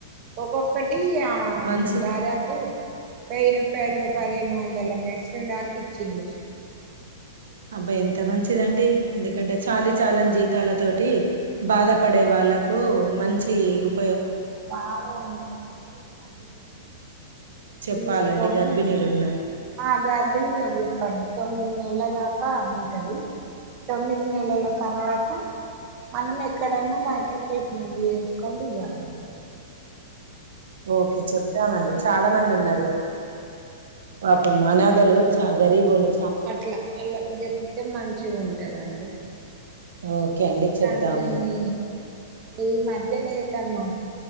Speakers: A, on the right (about 35°); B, on the right (about 85°).
A: ఒక్కొక్కటి ఆ
B: మంచి
A: దాదాపు వెయ్యి రూపాయలు పదిహేను వందల మెడ్సిన్ దాక ఇచ్చిన్డు
B: అబ్బా ఎంత మంచిదండి ఎందుకంటే చాలి చాలని జీతాలతోట్ టి బాధపడే వాళ్ళలకు మంచి ఉప్
A: అది బాగా ఉంటాయండి అవన్ని
B: చెప్పాలండి
A: తీసుకొని
B: గర్భిణీలు ఉన్నారు
A: ఆ గర్భినీలకు చెప్పండి తొమ్మిది నెల్ ల్ల దాకా ఉంటది తొమ్మిది నెలల తర్వాత మనం ఎక్కడైన్నా బయట ట్రీట్మెంట్ చేయించుకోని డెలివర్ గావచ్చు
B: ఓకే చెప్దామండి చాలా మంది ఉన్నారు పాపం అనాదలు చా గరీబ్ వో లు
A: అట్లా వాళ్ళకి చెప్తే మంచిగా ఉంటారండి
B: ఓకే అండి
A: ఇంకా
B: చెప్దాము
A: అంటే మీ ఈ మధ్యలో టన్నా